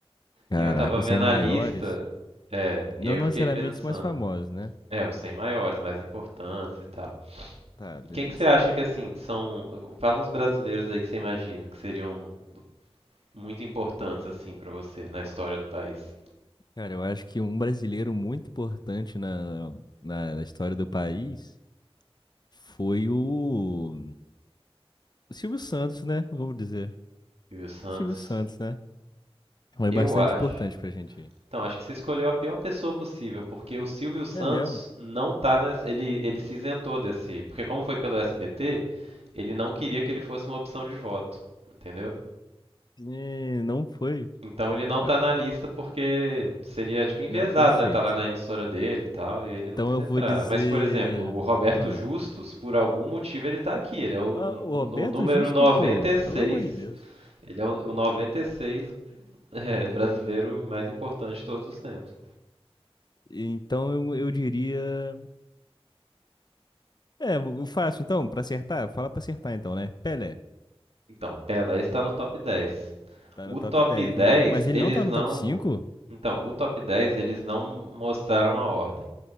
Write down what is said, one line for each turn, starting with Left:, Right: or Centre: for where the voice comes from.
Left: caraca,
Right: E eu tava
Left: os
Right: vendo
Left: 100 maiores,
Right: a lista, é,
Left: não
Right: e aí eu
Left: necessariamente
Right: fiquei pensando,
Left: os mais famosos, né?
Right: é, os 100 maiores, mais importantes e tal.
Left: Tá, beleza.
Right: E quem que você acha que, assim, são... Fala uns brasileiros aí que você imagina que seriam muito importantes, assim, pra você na história do país.
Left: Cara, eu acho que um brasileiro muito importante na, na, na história do país foi o Silvio Santos, né? Vamos dizer.
Right: Silvio Santos...
Left: Silvio Santos, né? Foi
Right: Eu
Left: bastante
Right: acho.
Left: importante pra gente. aí.
Right: Então, acho que você escolheu a pior pessoa possível, porque o Silvio Santos
Left: É mesmo?
Right: não tá nessa, ele ele se isentou desse, porque como foi pelo SBT, ele não queria que ele fosse uma opção de voto, entendeu?
Left: É, não foi.
Right: Então ele não
Left: Ah,
Right: tá na lista porque seria tipo enviesado,
Left: não, perfeito.
Right: né? Tá lá na emissora dele e tal, e aí ele não
Left: Então
Right: quis
Left: eu
Right: entrar.
Left: vou dizer.
Right: Mas, por exemplo, o Roberto
Left: Ah,
Right: Justus, por algum motivo ele tá aqui, ele é o,
Left: ah,
Right: n-
Left: o Roberto
Right: o número
Left: Jusque,
Right: 96,
Left: pô, pelo amor de Deus.
Right: ele é o, o 96 <laughs> é, brasileiro mais importante de todos os tempos.
Left: Então eu, eu diria. É, o o fácil, então, pra acertar, fala pra acertar então, né? Pelé,
Right: Então, Pelé está no top 10.
Left: tá
Right: O
Left: no top
Right: top
Left: 10,
Right: 10,
Left: né? Mas ele
Right: eles
Left: não tá
Right: não.
Left: no top cinco?
Right: Então, o top 10, eles não mostraram a ordem.